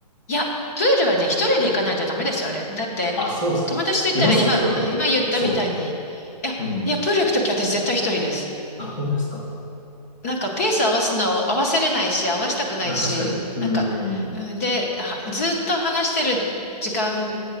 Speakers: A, on the left; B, on the left.
A: いや、プールはね、一人で行かないとダメですよ、あれ。だって、
B: あ、そうですか。
A: 友達と行ったら今、
B: います一人で。
A: うん今言ったみたいに、
B: そ
A: いや、
B: う。うん。
A: いや、プール行くとき私絶対一人です。
B: あ、本当ですか。
A: なんか、ペース合わすの合わせれないし、合わしたくないし、
B: あ、確かに。う
A: なんか、
B: ん。
A: うんで、はずっと話してる時間、